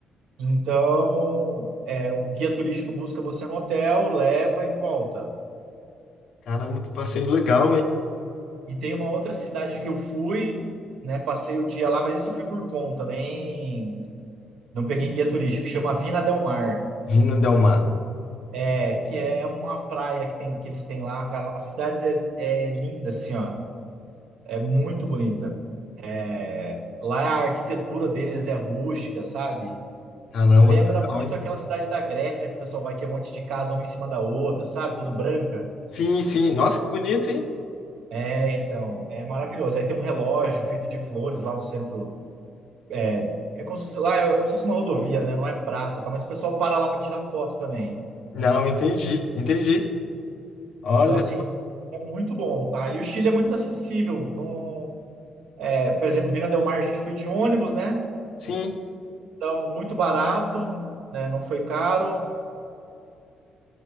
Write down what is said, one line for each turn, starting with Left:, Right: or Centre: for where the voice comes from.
Right: Então, é, o guia turístico busca você no hotel, leva e volta.
Left: Caramba, que passeio legal, hein?
Right: E tem uma outra cidade que eu fui, né? Passei o dia lá, mas esse eu fui por conta, nem não peguei guia turístico, chama Vina del Mar.
Left: Vindo Del Mar.
Right: É, que é uma praia que tem que eles têm lá, cara. As cidades é, é linda, assim, ó. É muito bonita. É, Lá a arquitetura deles é rústica, sabe?
Left: Caramba,
Right: Lembra
Left: que legal,
Right: muito
Left: hein?
Right: aquela cidade da Grécia que o pessoal vai que é um monte de casa uma em cima da outra, sabe? Tudo branca.
Left: Sim, sim. Nossa, que bonito, hein?
Right: É, então, é maravilhoso. Aí tem um relógio feito de flores lá no centro É, é como se fosse, lá é é como se fosse uma rodovia, né? Não é praça, tá? Mas o pessoal para lá para tirar foto também.
Left: Não, entendi, entendi. Olha,
Right: Então, assim, é muito bom, tá? E o Chile é muito acessível. Não, é, por exemplo, Vina del Mar a gente foi de ônibus, né?
Left: sim.
Right: Então, muito barato, né? Não foi caro.